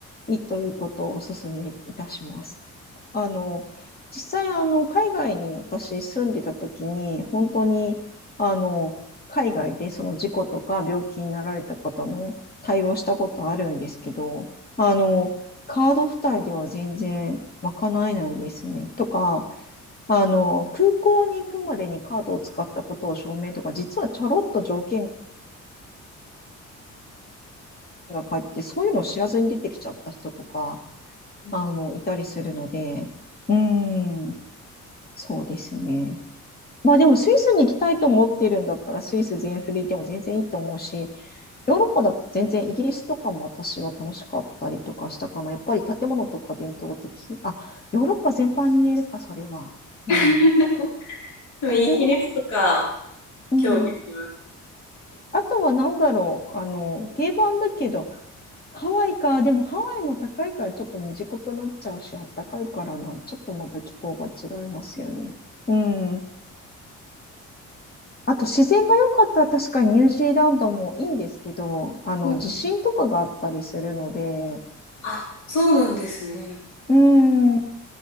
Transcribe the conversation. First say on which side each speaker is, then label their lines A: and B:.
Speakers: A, on the left; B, on the left.
A: いいということをお勧めいたします。あの、実際、あの、海外に私住んでた時に、本当に、あの、海外でその事故とか病気になられた方の対応したことあるんですけど、あの、カード付帯では全然賄えないですね。とか、あの、空港に行くまでにカードを使ったことを証明とか、実はちょろっと条件が書いて、そういうのを知らずに出てきちゃった人とか、
B: うん
A: あの、いたりするので、うーん、そうですね。まあでもスイスに行きたいと思ってるんだったらスイス全振りでも全然いいと思うし、ヨーロッパだと全然イギリスとかも私は楽しかったりとかしたかな。やっぱり建物とか伝統的。あ、ヨーロッパ全般に言えるか、それは。うん。
B: <laughs> でもイギリスとか
A: 建物、うん。
B: 興味あります。
A: あとはなんだろう、あの、定番だけど、ハワイか、でもハワイも高いからちょっと短くなっちゃうし、あったかいからな、ちょっとまた気候が違いますよね。うん。あと自然が良かったら確かにニュージーランドもいいんですけど、あの、
B: うん、
A: 地震とかがあったりするので、
B: あ、そうなんですね。
A: うん。ニ